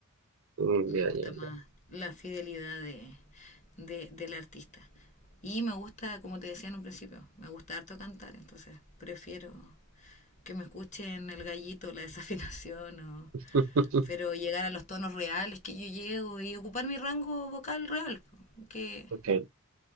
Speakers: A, on the right; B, on the left.
A: mm,
B: Me
A: ya,
B: gusta
A: ya,
B: más
A: ya.
B: la fidelidad de, de- del artista. Y me gusta, como te decía en un principio, me gusta harto cantar, entonces prefiero que me escuchen el gallito, la desafinación o,
A: <laughs>
B: pero llegar a los tonos reales que yo llego y ocupar mi rango vocal real, que
A: Ok.